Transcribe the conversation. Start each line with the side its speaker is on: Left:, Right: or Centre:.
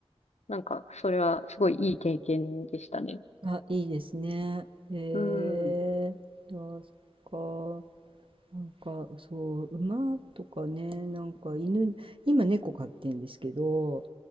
Left: なんか、それはすごいいい経験でしたね。
Right: あ、いいですね。へえ。
Left: うん。
Right: あ、そっか。なんか、そう、馬とかね、なんか犬、今猫飼ってんですけど、